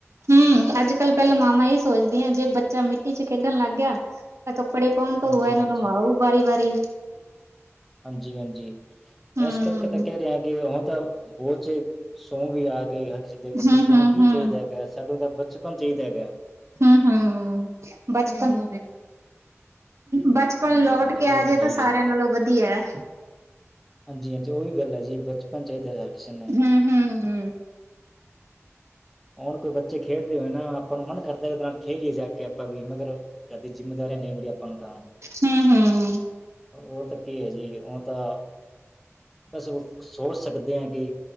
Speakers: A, on the right (about 70°); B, in the centre.
A: ਹੂੰ ਅੱਜਕੱਲ ਪਹਿਲਾਂ ਮਾਵਾਂ ਇਹ ਸੋਚਦੀਆਂ ਜੇ ਬੱਚਾ ਮਿੱਟੀ 'ਚ ਖੇਡਣ ਲੱਗ ਗਿਆ ਤਾਂ ਕੱਪੜੇ ਕੌਣ ਧੋਊ
B: ਹਾਂਜੀ
A: ਇਹਨੂੰ
B: ਹਾਂਜੀ
A: ਨਵਾਊ ਵਾਰੀ-ਵਾਰੀ।
B: ਹਾਂਜੀ-ਹਾਂਜੀ,
A: ਹੂੰ
B: ਇਸ ਕਰਕੇ ਤਾਂ ਕਹਿ ਰਿਹਾ ਕਿ ਉਹ ਤਾਂ, ਬਹੁਤ 'ਚ ਸੋ ਵੀ ਆ ਗਏ ਹਰ ਕਿਸੇ ਮਤਲਬ
A: ਹੂੰ
B: ਤੁਹਾਨੂੰ
A: ਹੂੰ
B: ਕੀ
A: ਹੂੰ
B: ਚਾਹੀਦਾ ਹੈਗਾ ਸਾਨੂੰ ਤਾਂ ਬਚਪਨ ਚਾਹੀਦਾ ਹੈਗਾ।
A: ਹੂੰ-ਹੂੰ, ਬਚਪਨ, ਬਚ
B: ਹਾਂਜੀ,
A: ਪਨ ਲੌਟ
B: ਹਾਂਜੀ
A: ਕੇ
B: ਉਹੀ
A: ਆਜੇ
B: ਹੈ
A: ਤਾਂ
B: ਹੀ
A: ਸਾਰਿਆਂ
B: ਹੈ।
A: ਨਾਲੋਂ ਵਧੀਆ।
B: ਹਾਂਜੀ-ਹਾਂਜੀ ਉਹੀ ਗੱਲ ਹੈ ਜੀ ਬਚਪਨ ਚਾਹੀਦਾ ਹਰ ਕਿਸੇ ਨੂੰ।
A: ਹੂੰ ਹੂੰ ਹੂੰ।
B: ਹੁਣ ਕੋਈ ਬੱਚੇ ਖੇਡ ਰਹੇ ਹੋਏ ਨਾ ਆਪਾਂ ਨੂੰ ਮਨ ਕਰਦਾ ਉਹਦੇ ਨਾਲ ਖੇਲੀਏ ਜਾ ਕੇ ਆਪਾਂ ਵੀ ਮਗਰ ਘਰ ਦੀ ਜਿੰਮੇਦਾਰੀਆਂ ਲੈ ਮੁੜੀਆਂ ਆਪਾਂ ਨੂੰ ਤਾਂ।
A: ਹੂੰ ਹੂੰ
B: ਹੋਰ ਤਾਂ ਕੀ ਹੈ ਜੀ ਉਹ ਤਾਂ, ਬਸ ਹੋ ਸੋਚ ਸਕਦੇ ਆ ਕਿ,